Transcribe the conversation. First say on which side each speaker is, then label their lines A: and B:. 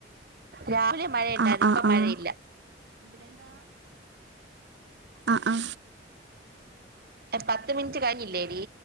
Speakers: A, on the right; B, on the right.
A: രാവിലെ മഴയുണ്ടായിരുന്നു.
B: ആഹ് ആഹ്
A: ഇപ്പംമഴയില്ല
B: ആഹ് അ.. ആ..
A: പത്തുമിനിറ്റ് കഴിഞ്ഞില്ലേ ടീ